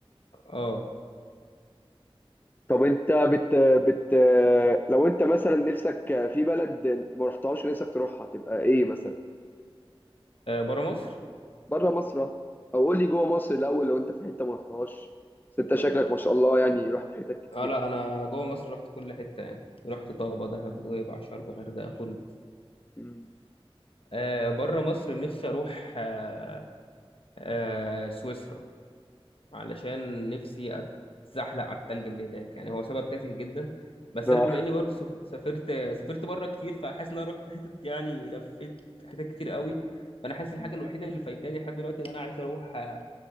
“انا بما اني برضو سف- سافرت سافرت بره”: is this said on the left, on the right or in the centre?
Left